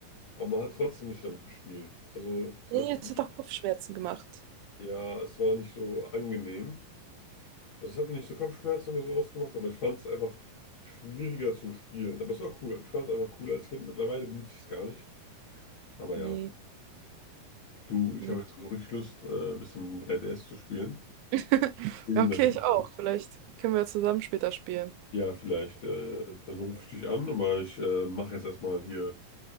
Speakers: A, on the left (about 65°); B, on the right (about 85°).
A: aber man hat trotzdem nicht damit gespielt. Also, es
B: Nee,
A: war cool.
B: es hat auch Kopfschmerzen gemacht.
A: Ja, es war nicht so angenehm. Also, es hat mir nicht so Kopfschmerzen oder sowas gemacht, aber ich fand es einfach schwieriger zum Spielen. Aber es war cool. Ich fand es einfach cool als Kind. Mittlerweile benutze ich es gar nicht. Aber
B: Nee,
A: ja. Du, ich
B: nee.
A: habe jetzt so richtig Lust, äh, ein bisschen mit dem 3DS zu spielen.
B: <laughs>
A: Vielen
B: Ja, okay,
A: Dank.
B: ich auch. Vielleicht können wir ja zusammen später spielen.
A: Ja, vielleicht. Äh, dann rufe ich dich an, aber ich äh, mache jetzt erstmal hier